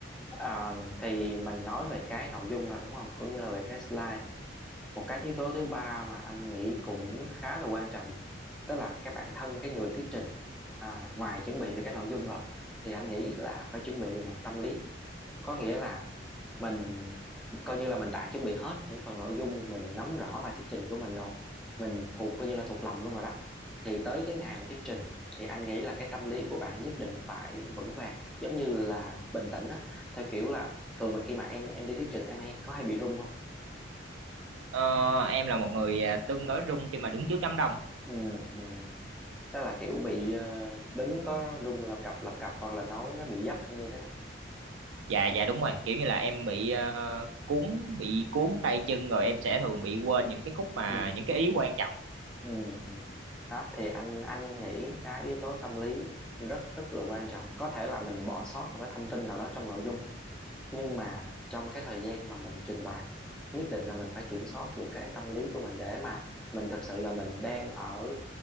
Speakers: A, in the centre; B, on the right.
A: à, thì mình nói về cái nội dung rồi đúng không cũng như là về cái slide một cái yếu tố thứ ba mà anh nghĩ cũng khá là quan trọng đó là cái bản thân cái người thuyết trình à, ngoài chuẩn bị về cái nội dung rồi thì anh nghĩ là phải chuẩn bị về mặt tâm lý có nghĩa là mình coi như là mình đã chuẩn bị hết những phần nội dung mình nắm rõ bài thuyết trình của mình rồi mình thuộc coi như là thuộc lòng luôn rồi đó thì tới cái ngày mà thuyết trình thì anh nghĩ là cái tâm lý của bạn nhất định phải vững vàng giống như là bình tĩnh á theo kiểu là thường mà khi mà em em đi thuyết trình em hay có hay bị run không
B: Ờ, em là một người à, tương đối rung khi mà đứng trước đám đông
A: ừ, ừ. tức là kiểu bị ờ, đứng có run lập cập lập cập hoặc là nói nó bị dấp hay như thế nào
B: dạ dạ đúng rồi kiểu như là em bị ờ, cuốn bị cuốn tay chân rồi em sẽ thường bị quên những cái khúc mà
A: ừ.
B: những cái ý quan trọng
A: ừ, ừ. đó thì anh anh nghĩ cái yếu tố tâm lý rất rất là quan trọng có thể là mình bỏ sót một cái thông tin nào đó trong nội dung nhưng mà trong cái thời gian mà mình trình bày nhất định là mình phải kiểm soát được cái tâm lý của mình để mà mình thật sự là mình đang ở